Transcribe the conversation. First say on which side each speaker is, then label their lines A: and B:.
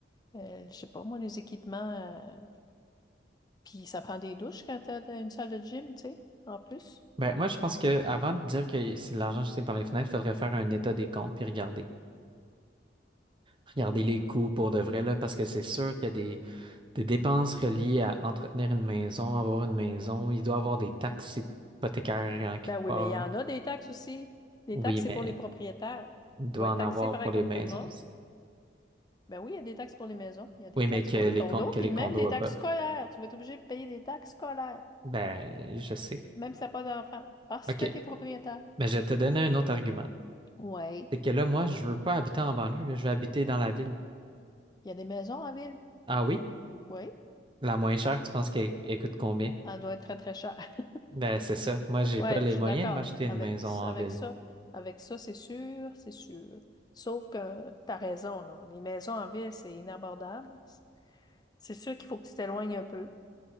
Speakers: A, on the left (about 20°); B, on the right (about 25°).
A: euh, je sais pas moi, les équipements. euh, Puis ça prend des douches quand t'as t'as une salle de gym, tu sais, en plus.
B: Ben moi, je pense que avant de dire que c'est de l'argent jeté par les fenêtres, il faudrait faire un état des comptes puis regarder. Regarder les coûts pour de vrai, là, parce que c'est sûr qu'il y a des, des dépenses reliées à entretenir une maison, avoir une maison. Il doit avoir des taxes hypothécaires en quelque
A: Ben oui,
B: part.
A: mais il y
B: hein.
A: en a des taxes aussi. Les
B: Oui,
A: taxes,
B: mais
A: c'est pour les propriétaires.
B: il
A: Tu
B: doit
A: vas être
B: en
A: taxé
B: avoir
A: pareil
B: pour
A: comme
B: les maisons
A: tout le monde.
B: aussi.
A: Ben oui, il y a des taxes pour les maisons, il y a des
B: Oui,
A: taxes
B: mais que
A: pour les
B: les,
A: condos,
B: con- que
A: puis
B: les
A: même
B: condos
A: des
B: n'ont
A: taxes
B: pas.
A: scolaires. Tu vas être obligé de payer des taxes scolaires,
B: Ben, je sais.
A: même si t'as pas d'enfant, parce
B: OK.
A: que tu es propriétaire.
B: Ben, je vais te donner un autre argument.
A: Oui,
B: C'est que là, moi, je veux pas habiter en banlieue, là, je veux habiter dans la ville.
A: il y a des maisons en ville.
B: Ah oui?
A: Oui,
B: La moins chère, tu penses qu'elle elle coûte combien?
A: elle doit être très, très chère. <laughs>
B: Ben, c'est ça. Moi, j'ai
A: Oui,
B: pas les
A: je suis
B: moyens
A: d'accord
B: de m'acheter une
A: avec,
B: maison en
A: avec
B: ville.
A: ça. Avec ça, c'est sûr, c'est sûr. Sauf que tu as raison, là. Les maisons en ville, c'est inabordable. C'est sûr qu'il faut que tu t'éloignes un peu